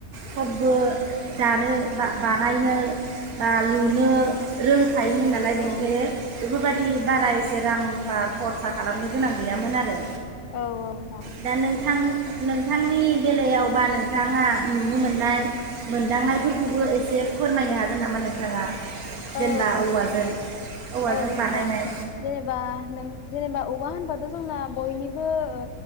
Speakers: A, on the right; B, on the left.
A: सबबो दानो बा-बानायनो बा लुनो रों हायोमोन नालाय बेनिखायनो
B: औ
A: बेफोरबायादि बारा एसे रां रुफा खरसा खालामनो गोनां गैयामोन आरो।
B: औ औ नोंथां।
A: दा नोंथां नोंथांनि बेलायाव बा नोंथाङा नुनो मोननाय मोनदांनायफोरखौबो एसे फोरमायनो हागोन नामा नोंथाङा? जेनेबा
B: औ
A: औवाजों औवाजों
B: औ नोंथां
A: बानायनाय
B: जेनेबा नों जेनेबा औवा होनबाथ' जोंना बयनिबो ओ